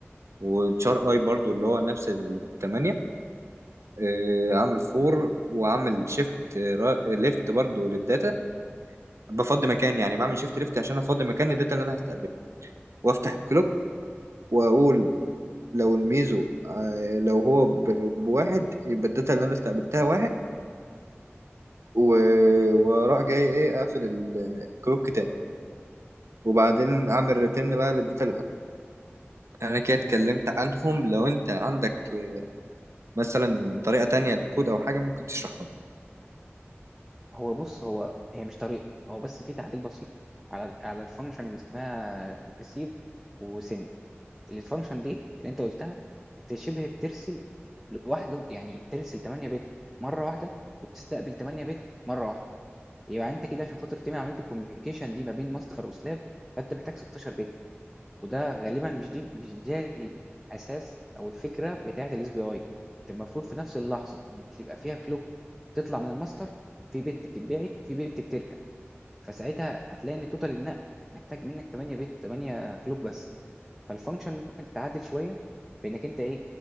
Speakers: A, on the right (about 80°); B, in the centre.
A: وتشار اي برضو اللي هو نفس الثمانية آه، عامل فور وعامل شيفت ليفت برضو للداتا بفضي مكان يعني بعمل شيفت ليفت عشان افضي مكان الداتا اللي انا هستقبلها وافتح الكلوك واقول لو الميزو آه، لو هو ب- بواحد يبقى الداتا اللي انا استقبلتها واحد و- واروح جاي ايه اقفل ال- الكلوك تاني وبعدين اعمل ريتيرن بقى للداتا اللي عندي انا كده اتكلمت عنهم لو انت عندك آه، مثلا طريقة تانية للكود او حاجة ممكن تشرحها لي.
B: هو بص هو هي مش طريقه هو بس في تعديل بسيط على على الفانكشن اللي اسمها ريسيف وسن الفانكشن دي اللي انت قلتها انت شبه بترسل لوحده يعني بترسل 8 بت مره واحده وبتستقبل 8 بت مره واحده يبقى انت كده عشان خاطر تعمل عمليه الكوميونيكيشن دي ما بين ماستر وسلاف فانت محتاج 16 بت وده غالبا مش دي مش ده الاساس او الفكره بتاعه الاس بي اي المفروض في نفس اللحظه ان بتبقى فيها كلوك تطلع من الماستر في بت بتتبعت وفي بت بترجع فساعتها هتلاقي ان توتال النقل محتاج منك 8 بت 8 كلوك بس فالفانكشن ممكن تتعدل شويه بانك انت ايه